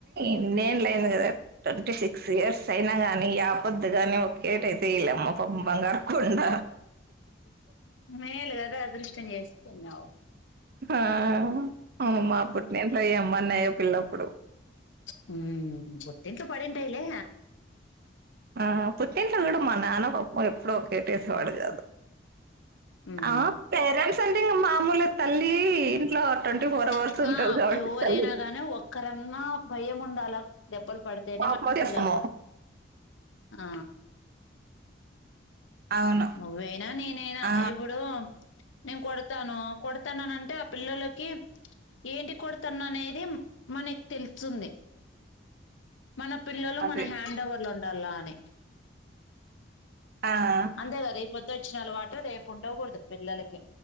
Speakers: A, on the right (about 55°); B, on the left (about 85°).
A: ఇన్ని ఏండ్లు అయ్యింది కదా ట్వంటీ సిక్స్ ఇయర్స్ అయినా గాని యాపొద్దే గాని ఒక్కేటయితే లే మ్మ పాపం బంగారుకొండ.
B: మెల్ కదా అదృష్. ష్టం చేసుకున్నావు
A: ఆ అమ్మను మా పుట్టిన్ల్ నేమ్ నయ్యం మొన్నయ్యను పెళ్ళప్పుడు.
B: హ్మ్ హు పుట్టింట్లో పడింటాయిలే
A: ఆ పుట్టింట్లో కూడా మా నాన్న పాపం ఎప్పుడో ఒకటేసేవాడు కాదు.
B: ఉమ్
A: ఆ పేరెంట్స్. అంటే మాములుగా తల్లీ ఇంట్లో. ట్వంటీ ఫోర్ అవర్స్
B: అక్క
A: ఉంటది కాబట్టి
B: ఎవరైనా
A: తల్లి
B: గానీ ఒక్కరన్నా భయ్యము ఉండాలా. దెబ్బలు పడితేనే
A: కోపం
B: మనపిల్లలు
A: వచ్చేస్తాము
B: ఆ
A: అవును
B: నువ్వైనా నేనైనా
A: ఆ
B: ఇప్పుడు. నేను కొడతాను కొడతానన అంటే ఆ పిల్లలకి ఏంటి కొడతాను అనేది మనకి తెలుస్తుంది మన పిల్లలు
A: అదే
B: మన హ్యాండ్ఓవర్ లో ఉం అలానే
A: ఆ
B: అంతే కద ఇప్ తెచ్చిన అలవాటు రేపు ఉండకూడదు పిల్లలకి